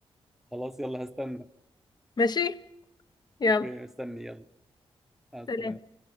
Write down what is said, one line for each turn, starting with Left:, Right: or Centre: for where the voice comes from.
Centre: خلاص يلا هستنى
Left: ماشي يلا
Centre: اوكي استني يلا مع السلامة
Left: سلام